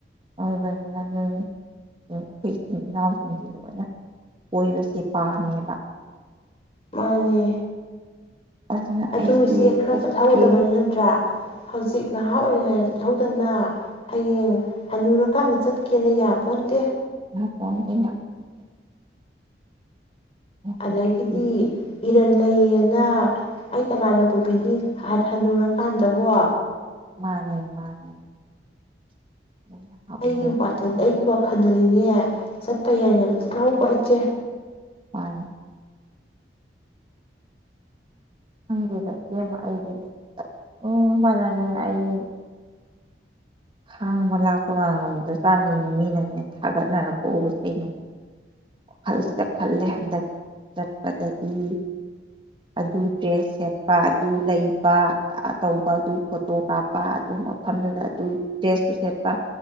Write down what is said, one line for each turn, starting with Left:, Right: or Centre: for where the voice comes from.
Right: ꯑꯣꯏꯕꯅꯤ ꯑꯗꯨꯅꯤ ꯑꯩꯈꯣꯏ ꯏꯆꯤꯜ ꯏꯅꯥꯎꯁꯤꯡꯁꯦ ꯂꯣꯏꯅ ꯀꯣꯏꯕꯁꯦ ꯄꯥꯝꯃꯦꯕ
Left: ꯃꯥꯅꯦ
Right: ꯑꯗꯨꯅ
Left: ꯑꯗꯨ
Right: ꯑꯩꯁꯦ
Left: ꯏꯆꯦ ꯈꯔ
Right: ꯆꯠꯀꯦ
Left: ꯆꯠꯍꯧꯒꯗꯕꯅꯤ ꯅꯠꯇ꯭ꯔꯥ ꯍꯧꯖꯤꯛ ꯅꯍꯥ ꯑꯣꯏꯔꯤꯉꯩꯗ ꯆꯠꯍꯧꯗꯅ ꯍꯌꯦꯡ ꯍꯅꯨꯔ ꯃꯥꯅ ꯆꯠꯀꯦꯅ ꯌꯥꯄꯣꯟꯇꯦ
Right: <unintelligible>
Left: ꯑꯗꯒꯤꯗꯤ
Right: ꯍꯧꯖꯤꯛꯇꯤ
Left: ꯏ ꯂꯩꯌꯦꯅ ꯑꯩ ꯀꯅꯥꯅ ꯄꯨꯕꯤꯅꯤ ꯍꯅꯨꯔꯀꯥꯟꯗꯕꯣ
Right: ꯃꯥꯅꯦ ꯃꯥꯅꯦ ꯅꯍꯥ ꯑꯣꯏꯔꯤꯉꯩꯗ
Left: ꯑꯩꯒꯤ ꯋꯥ
Right: ꯆꯠꯍꯧꯕ
Left: ꯑꯩꯒꯤ ꯋꯥꯈꯜꯗꯗꯤꯅꯦ ꯆꯠꯄ ꯌꯥꯏꯔꯤꯉꯩꯗ ꯆꯠꯍꯧꯕ ꯍꯣꯏ ꯏꯆꯦ
Right: ꯃꯥꯅꯤ ꯈꯪꯗꯦꯗ ꯏꯕꯦꯃ ꯑꯩꯗꯤ ꯎ ꯃꯅꯅꯦ ꯑꯩ ꯈꯥꯡꯕ ꯂꯥꯛꯄꯒ ꯉꯝꯗ ꯖꯥꯠꯅꯤ ꯃꯤꯅꯅꯦ ꯊꯥꯒꯠꯅꯔꯛꯄ ꯎꯕꯁꯦ ꯑꯩꯅꯅꯦ ꯋꯥꯈꯜꯁꯤꯗ ꯈꯜꯂꯦ ꯍꯟꯗꯛ ꯆꯠꯄꯗꯒꯤ ꯑꯗꯨ ꯗ꯭ꯔꯦꯁ ꯁꯦꯠꯄ ꯑꯗꯨ ꯂꯩꯕ ꯇꯧꯕ ꯑꯗꯨ ꯐꯣꯇꯣ ꯀꯥꯞꯄ ꯑꯗꯨ ꯃꯐꯝꯗꯨꯗ ꯑꯗꯨ ꯗ꯭ꯔꯦꯁꯇꯨ ꯁꯦꯠꯄ